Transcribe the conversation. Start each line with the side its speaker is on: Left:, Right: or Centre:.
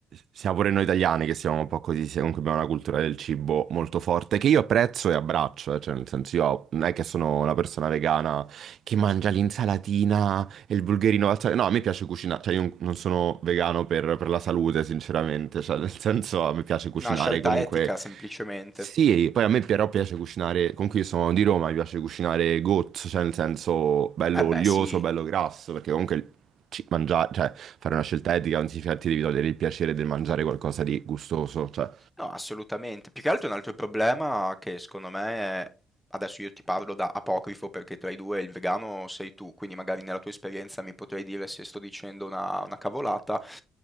Right: siamo pure noi italiani che siamo un po' così, sia- comunque abbiamo una cultura del cibo molto forte, che io apprezzo e abbraccio, eh, cioè nel senso io non è che sono una persona vegana che mangia l'insalatina e il bulgherino, al sale. no, a me piace cucinare, cioè io non sono vegano per, per la salute, sinceramente, cioè nel senso a me piace cucinare
Centre: Una scelta
Right: comunque...
Centre: etica semplicemente.
Right: Sì, poi a me però piace cucinare, comunque io sono di Roma, mi piace cucinare gozzo, cioè nel senso bello
Centre: Eh beh,
Right: olioso,
Centre: sì.
Right: bello grasso, perché comunque ci- mangiare, cioè fare una scelta etica non significa che ti devi togliere il piacere del mangiare qualcosa di gustoso, cioè
Centre: No, assolutamente. Più che altro un altro problema che secondo me è... Adesso io ti parlo da apocrifo perché tra i due il vegano sei tu, quindi magari nella tua esperienza mi potrei dire se sto dicendo una, una cavolata,